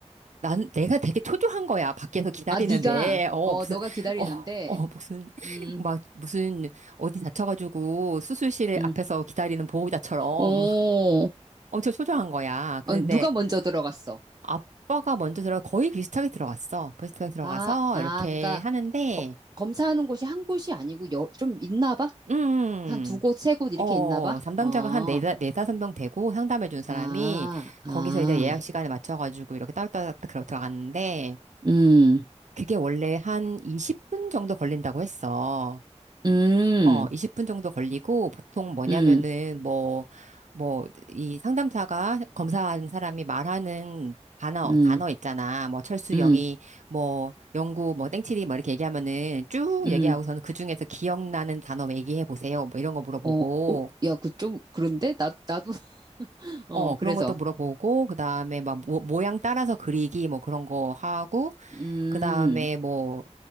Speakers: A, on the right; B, on the right.
A: 난 내가 되게 초조한 거야. 밖에서 기다리는데.
B: 아, 네가,
A: 어,
B: 어,
A: 무슨
B: 너가 기다리는데,
A: 어, 어, 무슨 <laughs>
B: 음,
A: 막 무슨 어디 다쳐가지고 수술실
B: 음.
A: 앞에서 기다리는 보호자처럼
B: 오,
A: <laughs> 엄청 초조한 거야. 그런데
B: 어, 누가 먼저 들어갔어?
A: 아빠가 먼저 들어 거의 비슷하게 들어갔어. 비슷하게 들어가서
B: 아, 아,
A: 이렇게
B: 그니까,
A: 하는데
B: 검사하는 곳이 한 곳이 아니고, 여, 좀 있나 봐?
A: 음. 음,
B: 한 두 곳, 세 곳 이렇게
A: 어,
B: 있나 봐?
A: 담당자가
B: 어.
A: 한 네다, 네다섯 명 되고 상담해 준 사람이
B: 아, 아,
A: 거기서 이제 예약 시간에 맞춰가지고 이렇게 따로따로 들어- 들어갔는데
B: 음,
A: 그게 원래 한 20분 정도 걸린다고 했어.
B: 음,
A: 어, 20분 정도 걸리고 보통 뭐냐면은
B: 음,
A: 뭐, 뭐, 이 상담사가 검사하는 사람이 말하는 단어,
B: 음,
A: 단어 있잖아. 뭐, 철수,
B: 음,
A: 영희, 뭐, 영구, 뭐, 땡칠이, 뭐, 이렇게 얘기하면은 쭉
B: 음,
A: 얘기하고서는 그중에서 기억나는 단어 뭐 얘기해 보세요. 뭐, 이런 거 물어보고.
B: 어, 어, 야, 그 좀, 그런데? 나, 나도, <laughs> 어,
A: 어,
B: 그래서,
A: 그런 것도 물어보고, 그 다음에 막 모, 모양 따라서 그리기, 뭐 그런 거 하고,
B: 음,
A: 그 다음에 뭐,